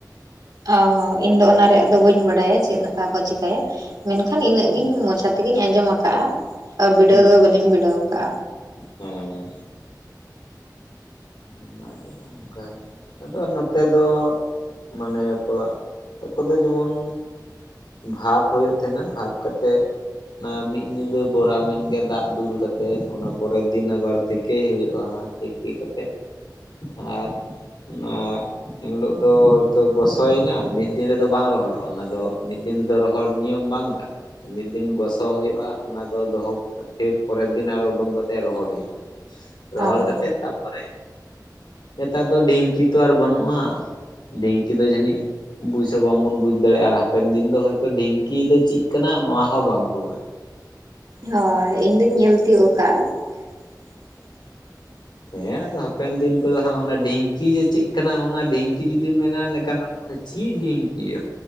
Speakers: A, on the right (about 70°); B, on the left (about 85°).
A: ᱚ ᱦᱚᱸ ᱤᱧ ᱫᱚ ᱚᱱᱟ ᱨᱮᱭᱟᱜ ᱫᱚ ᱵᱟᱹᱧ ᱵᱟᱲᱟᱭᱟ ᱪᱮᱫ ᱞᱮᱠᱟ ᱠᱚ ᱪᱤᱠᱟᱹᱭᱟ ᱢᱮᱱᱠᱷᱟᱱ ᱤᱱᱟᱹᱜ ᱜᱤᱧ ᱢᱚᱪᱟ ᱛᱮᱜᱤᱧ ᱟᱸᱡᱚᱢ ᱟᱠᱟᱜᱼᱟ ᱟᱨ ᱵᱤᱰᱟᱹᱣ
B: ᱦᱩᱸ
A: ᱫᱚ ᱵᱟᱹᱞᱤᱧ ᱵᱤᱰᱟᱹᱣ ᱟᱠᱟᱜᱼᱟ
B: ᱦᱮᱸ ᱚᱱᱟᱫᱚ <unintelligible> ᱚᱱᱠᱟ ᱜᱮ ᱟᱫᱚ ᱱᱚᱛᱮ ᱫᱚ ᱢᱟᱱᱮ ᱟᱠᱚᱣᱟᱜ ᱟᱠᱚ ᱫᱚ ᱡᱮᱢᱚᱱ ᱵᱷᱟᱵᱽ ᱦᱳᱭᱳᱜ ᱛᱟᱦᱮᱱᱟ ᱵᱷᱟᱵ ᱠᱟᱛᱮᱫ ᱚᱱᱟ ᱢᱤᱫ ᱧᱤᱫᱟᱹ ᱵᱚᱨᱟ ᱢᱮᱱᱜᱮ ᱫᱟᱜ ᱫᱩᱞ ᱠᱟᱛᱮᱜ ᱚᱱᱟ ᱯᱚᱨᱮᱨ ᱫᱤᱱ ᱟᱵᱟᱨ ᱛᱮᱠᱮᱹᱭ ᱦᱩᱭᱩᱜᱼᱟ ᱛᱤᱠᱤ ᱠᱟ ᱠᱟᱛᱮᱫ ᱟᱨ <unintelligible> ᱮᱱᱦᱤᱞᱳᱜ ᱫᱚ ᱦᱳᱭᱛᱚ ᱜᱚᱥᱚᱭᱮᱱᱟ ᱢᱤᱫ ᱫᱤᱱ ᱨᱮᱫᱚ ᱵᱟᱝ ᱨᱚᱦᱚᱲᱚᱜ ᱚᱱᱟ ᱫᱚ ᱢᱤᱫ ᱫᱤᱱ ᱨᱮᱫᱚ ᱨᱚᱦᱚᱲ ᱦᱚᱲ ᱱᱤᱭᱚᱢ ᱵᱟᱝ ᱠᱟᱱᱟ ᱢᱤᱫ ᱫᱤᱱ ᱜᱚᱥᱚ ᱦᱩᱭᱩᱜᱼᱟ ᱚᱱᱟ ᱫᱚ ᱫᱚᱦᱚ ᱯᱷᱤᱨ ᱯᱚᱨᱮᱨ ᱫᱤᱱ ᱟᱨᱚ ᱩᱰᱩᱝ ᱛᱮ ᱨᱚᱦᱚᱲ ᱦᱩᱭᱩᱜᱼᱟ ᱨᱚᱦᱚᱲ
A: ᱚ ᱦᱚᱸ
B: ᱠᱟᱛᱮ ᱛᱟᱨᱯᱚᱨᱮ ᱱᱮᱛᱟᱨ ᱫᱚ ᱰᱷᱤᱝᱠᱤ ᱛᱚ ᱟᱨ ᱵᱟᱹᱱᱩᱜᱼᱟ ᱰᱷᱤᱝᱠᱤ ᱫᱚ ᱡᱟᱹᱱᱤᱡ ᱵᱩᱡ ᱦᱚᱸ ᱵᱟᱝᱵᱚᱱ ᱵᱩᱡ ᱫᱟᱲᱮᱭᱟᱜᱼᱟ ᱟᱨ ᱦᱟᱯᱮᱱ ᱫᱤᱱ ᱫᱚ ᱦᱚᱭᱛᱚ ᱰᱷᱤᱝᱠᱤ ᱫᱚ ᱪᱮᱫ ᱠᱟᱱᱟ ᱱᱚᱣᱟ ᱦᱚᱸ ᱵᱟᱝᱠᱚ ᱵᱟᱲᱟ
A: ᱦᱳᱭ ᱤᱧ ᱫᱩᱧ ᱧᱮᱞ ᱛᱤᱭᱳᱜ ᱟᱠᱟᱼᱟ <inaudible>
B: ᱦᱮᱸ ᱟᱫᱚ ᱦᱟᱯᱮᱱ ᱫᱤᱱ ᱠᱚᱫᱚ ᱦᱟᱸᱜ ᱚᱱᱟ ᱰᱷᱤᱝᱠᱤ ᱡᱮ ᱪᱮᱫ ᱠᱟᱱᱟ ᱚᱱᱟ ᱰᱷᱤᱝᱠᱤ ᱡᱩᱫᱤᱢ ᱢᱮᱱᱟ ᱱᱮᱠᱟᱱ ᱦᱚᱲ ᱮ ᱪᱮᱫ ᱰᱷᱤᱝᱠᱤ?